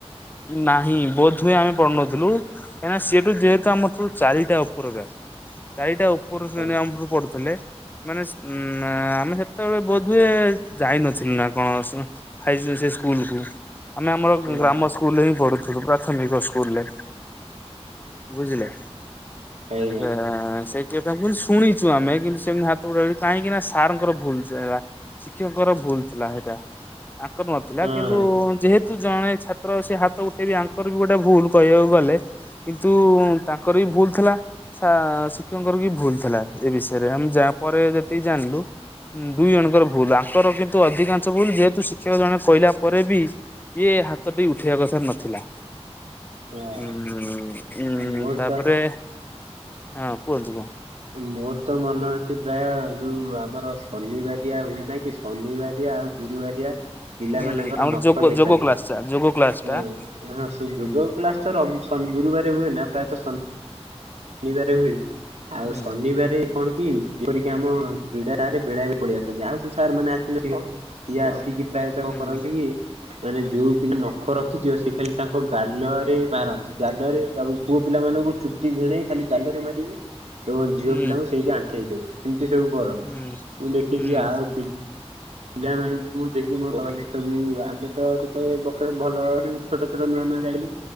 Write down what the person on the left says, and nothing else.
ନାହିଁ, ବୋଧହୁୁଏ ଆମେ ପଢୁନଥିଲୁ, କାହିଁକିନା ସେଠୁ ଯେହେତୁ ଆମଠୁ ଚାରିଟା ଉପର ବ୍ୟାଚ, ଚାରିଟା ଉପର ଶ୍ରେଣୀ
ଆମରୁ ପଡୁଥିଲେ ମାନେ ଉଁ ଆମେ ସେତେବେଳେ ବୋଧହୁଏ ଯାଇନଥିଲୁ ନା କଣ ସେ ସ୍କୁଲ କୁ ଆମେ ଆମର ଗ୍ରାମ
ସ୍କୁଲରେ ହିଁ ପଢୁଥିଲୁ, ପ୍ରାଥମିକ ସ୍କୁଲରେ ବୁଝିଲେ?
ଆ <unintelligible> ଶୁଣିଛୁ ଆମେ କିନ୍ତୁ ସେମିତି ହାତ ଗଡ କାହିଁକି ନା ସାରଙ୍କର ଭୁଲ ଥିଲା, ଶିକ୍ଷକଙ୍କର ଭୁଲ ଥିଲା ସେଇଟା ତାଙ୍କର ନଥିଲା
କିନ୍ତୁ ଯେହେତୁ ଜଣେ ଛାତ୍ର ସେ ହାତ ଉଠେଇବେ, ଆଙ୍କର ବି ଗୋଟେ ଭୁଲ କହିବାକୁ ଗଲେ କିନ୍ତୁ ତାଙ୍କର ବି ଭୁଲ ଥିଲା, ଶିକ୍ଷକଙ୍କର ବି ଭୁଲ ଥିଲା ଏ ବିଷୟରେ ଆମେ ଯା ତାପରେ ଯେତିକି ଜାଣିଲୁ? ଦୁଇ ଜଣଙ୍କର ଭୁଲ, ଆଙ୍କର କିନ୍ତୁ ଅଧିକାଂଶ ଭୁଲ ଯେହେତୁ ଶିକ୍ଷକ ଜଣେ କହିଲା ପରେ ବି ଇଏ ହା ହାତ ଟିକେ ଉଠେଇବା କଥାରେ ନଥିଲା
ଉଁ ଉ
ତାପରେ
ହଁ କୁହନ୍ତୁ କୁହ?
ହୁଁ
ଆମର
ଯୋଗ
ଯୋଗ କ୍ଲାସ ଟା ଯୋଗ କ୍ଲାସ ଟା
ହୁଁ।
ହୁଁ
ହୁଁ
ହୁଁ
ହୁଁ
ହୁଁ